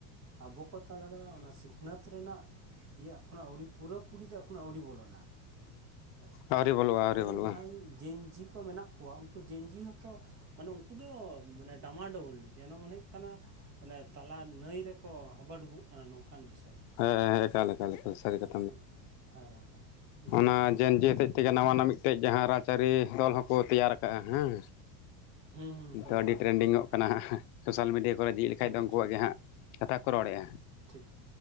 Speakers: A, on the right (about 35°); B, on the left (about 60°).
A: ᱟᱵᱚ ᱠᱚ ᱛᱟᱞᱟᱨᱮ ᱚᱱᱟ ᱥᱤᱠᱷᱱᱟᱹᱛ ᱨᱮᱱᱟᱜ ᱤᱭᱟᱹ ᱮᱠᱷᱚᱱᱳ ᱯᱩᱨᱟᱹ ᱯᱩᱨᱤ ᱫᱚ ᱮᱠᱷᱚᱱᱳ ᱟᱹᱣᱨᱤ ᱵᱚᱞᱚᱱᱟ ᱦᱮᱸ
B: ᱟᱹᱣᱨᱤ ᱵᱚᱞᱚᱜᱼᱟ
A: ᱟᱵᱚᱨᱮᱱ
B: ᱟᱹᱣᱨᱤ ᱵᱚᱞᱚᱜᱼᱟ
A: ᱡᱟᱦᱟᱸᱭ ᱡᱮᱧᱡᱤ ᱠᱚ ᱢᱮᱱᱟᱜ ᱠᱚᱣᱟ ᱩᱱᱠᱩ ᱡᱮᱧᱡᱤ ᱦᱚᱛᱚ ᱢᱟᱱᱮ ᱩᱱᱠᱩ ᱫᱚ ᱢᱟᱱᱮ ᱰᱟᱢᱟᱰᱳᱩᱞ ᱡᱮᱱᱚ ᱢᱚᱱᱮ ᱦᱩᱭᱩᱜ ᱠᱟᱱᱟ ᱚᱱᱮ ᱛᱟᱞᱟ ᱱᱟᱹᱭ ᱨᱮ ᱠᱚ ᱦᱟᱵᱟ ᱰᱩᱵᱩᱜ ᱠᱟᱱᱟ ᱱᱚᱝᱠᱟᱱ ᱵᱤᱥᱚᱭ
B: ᱦᱮᱸ ᱦᱮᱸ ᱮᱠᱟᱞ ᱮᱠᱟᱞ ᱮᱠᱟᱞ ᱥᱟᱹᱨᱤ ᱠᱟᱛᱷᱟ
A: ᱮᱠᱫᱚᱢ ᱦᱮᱸ ᱱᱩᱠᱩ
B: ᱚᱱᱟ ᱡᱮᱧᱡᱤ ᱦᱚᱛᱮᱡ ᱛᱮᱜᱮ ᱱᱟᱣᱟᱱᱟᱜ ᱢᱤᱫᱴᱮᱡ ᱡᱟᱦᱟᱸ ᱨᱟᱡᱽᱟᱹᱨᱤ ᱫᱚᱞ ᱦᱚᱸᱠᱚ ᱛᱮᱭᱟᱨ ᱠᱟᱜᱼᱟ ᱦᱮᱸ
A: ᱦᱩᱸ ᱦᱩᱸ
B: ᱱᱤᱛᱚᱜ
A: ᱦᱩᱸ
B: ᱟᱹᱰᱤ
A: ᱦᱩᱸ
B: ᱴᱨᱮᱱᱰᱤᱝ
A: ᱦᱩᱸ ᱦᱩᱸ
B: ᱚᱜ ᱠᱟᱱᱟ ᱦᱟᱸᱜ, ᱥᱳᱥᱟᱞ ᱢᱤᱰᱤᱭᱟ ᱠᱚᱨᱮ ᱡᱷᱤᱡ ᱞᱮᱠᱷᱟᱡ
A: ᱦᱟᱱᱰᱨᱮᱰ
B: ᱫᱚ ᱩᱱᱠᱩᱣᱟᱜ
A: ᱦᱟᱱᱰᱨᱮᱰ
B: ᱜᱮ ᱦᱟᱸᱜ ᱠᱟᱛᱷᱟ ᱠᱚ ᱨᱚᱲᱮᱜᱼᱟ
A: ᱴᱷᱤᱠ